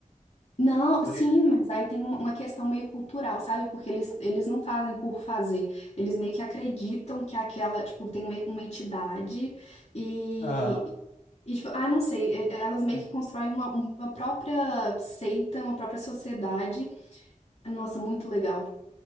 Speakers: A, on the left; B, on the left.
A: Não,
B: Pra
A: sim,
B: ele.
A: mas aí tem uma uma questão meio cultural, sabe? Porque eles, eles não fazem por fazer. Eles meio que acreditam que aquela, tipo, tem uma, uma entidade e,
B: Aham.
A: e, tipo, ah, não sei, e- elas meio
B: é.
A: que constroem uma, uma própria seita, uma própria sociedade. Nossa, muito legal.